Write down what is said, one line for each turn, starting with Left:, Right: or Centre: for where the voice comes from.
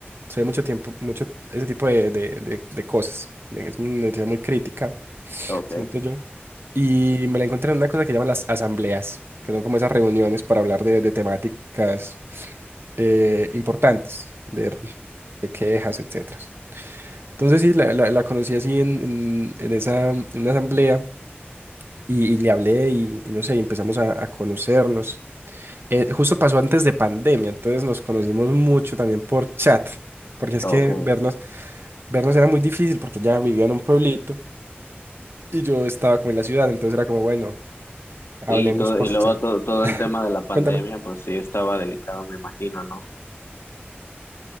Right: se ve mucho tiempo, mucho ese tipo de, de- de- de cosas. Es una universidad muy crítica
Left: Okay.
Right: siento yo. Y me la encontré en una cosa que llaman las asambleas, que son como esas reuniones para hablar de, de temáticas eh, importantes, de, de quejas, etcétera. Entonces sí, la, la- la conocí así en, en- en esa, en una asamblea y, y le hablé y, y no sé, y empezamos a, a conocernos. Eh, justo pasó antes de pandemia, entonces nos conocimos mucho también por chat, porque es
Left: mhm,
Right: que vernos, vernos era muy difícil porque ella vivía en un pueblito y yo estaba como en la ciudad, entonces era como, bueno, Hablemos
Left: Sí, todo,
Right: por
Left: y luego
Right: chat.
Left: todo, todo el tema de la pandemia,
Right: Cuéntame.
Left: pues sí estaba delicado, me imagino, ¿no?